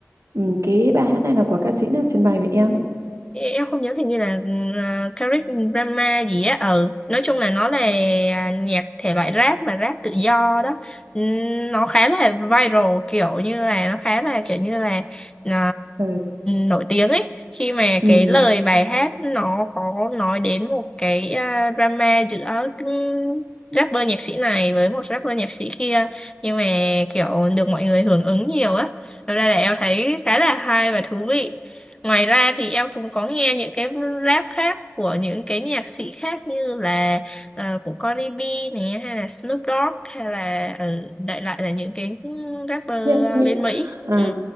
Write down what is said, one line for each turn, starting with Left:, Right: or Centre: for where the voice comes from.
Right: ừ, cái bài hát này là của ca sĩ nào trình bày vậy em
Left: em không nhớ thì như là uh, Caric Drama gì á ừ nói chung là nó là nhạc thể loại rap mà rap tự do đó Ừm, nó khá là viral kiểu như là nó khá là kiểu như là ờ,
Right: ừ.
Left: nổi tiếng ấy khi mà
Right: Ừ.
Left: cái lời bài hát nó có nói đến một cái ờ, drama giữa ừm, rapper nhạc sĩ này với một rapper nhạc sĩ kia nhưng mà kiểu được mọi người hưởng ứng nhiều á Thật ra là em thấy khá là hay và thú vị Ngoài ra thì em cũng có nghe những cái rap khác của những cái nhạc sĩ khác như là ờ, của Cardi B này hay là Snoop Dogg hay là ờ, đại loại là những cái ừ, rapper
Right: Nhưng,
Left: à, bên Mỹ.
Right: À,
Left: Ừ.